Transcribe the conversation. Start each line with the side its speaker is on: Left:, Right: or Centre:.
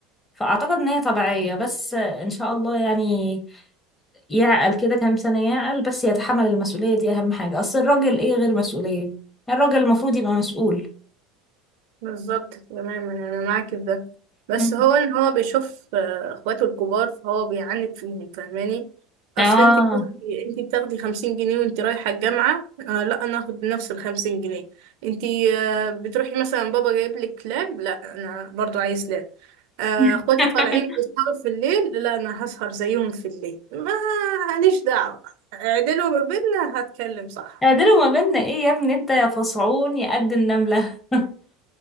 Left: فأعتقد إن هي طبيعية بس إن شاء الله يعني يعقل كده كام سنة يعقل بس يتحمل المسؤولية دي أهم حاجة أصل الراجل إيه غير مسؤولية الراجل المفروض يبقى مسؤول
Right: بالظبط تماما انا معاك في ده بس
Left: مم.
Right: هو ان هو بيشوف آه، اخواته الكبار فهو بيعاند فيهم فاهماني
Left: آه
Right: اصل انت بتاخدي انت بتاخدي 50 جنيه وانت رايحه الجامعه آه لا انا اخد نفس ال 50 جنيه انت آه بتروحي مثلا بابا جايب لك كلاب لا انا برضو عايز كلاب آه،
Left: <laughs>
Right: اخواتي طالعين يسهروا في الليل لا انا هسهر زيهم في الليل ما ليش دعوة عدلوا ما بيننا هتكلم صح
Left: قادر مجالنا ايه يا ابني انت يا فصعون يا قد النملة <laughs>